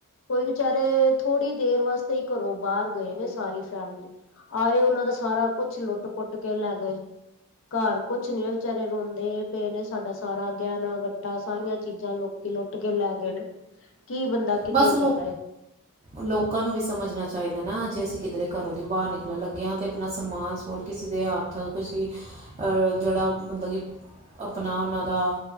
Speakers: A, on the left; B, on the right.
A: ਕੋਈ ਵਿਚਾਰੇ ਥੋੜ੍ਹੀ ਦੇਰ ਵਾਸਤੇ ਹੀ ਘਰੋਂ ਬਾਹਰ ਗਏ ਨੇ, ਸਾਰੀ ਫੈਮਲੀ ਆਏ, ਉਹਨਾਂ ਦਾ ਸਾਰਾ ਕੁਛ ਲੁੱਟ-ਪੁੱਟ ਕੇ ਲੈ ਗਏ। ਘਰ ਕੁਛ ਨੀ, ਵਿਚਾਰੇ ਰੋਂਦੇ ਪਏ ਨੇ ਸਾਡਾ ਸਾਰਾ ਗਹਿਣਾ-ਗੱਟਾ ਸਾਰੀਆਂ ਚੀਜ਼ਾਂ ਲੋਕੀ ਲੁੱਟ ਕੇ ਲੈ ਗਏ ਨੇ। ਕੀ ਬੰਦਾ ਕਿਤੇ
B: ਬਸ
A: ਜਾਏ
B: ਲੋ ਲੋਕਾਂ ਨੂੰ ਵੀ ਸਮਝਣਾ ਚਾਹੀਦਾ ਨਾ, ਜੇ ਅਸੀਂ ਕਿੱਧਰੇ ਘਰੋਂ ਦੀ ਬਾਹਰ ਨਿਕਲਣ ਲੱਗੇ ਹਾਂ, ਤੇ ਆਪਣਾ ਸਮਾਨ ਹੁਣ ਕਿਸੀੇ ਦੇ ਹੱਥ ਕਿਸੀ, ਜਿਹੜਾ ਮੱਤਲਬ ਕਿ ਆਪਣਾ ਉਹਨਾਂ ਦਾ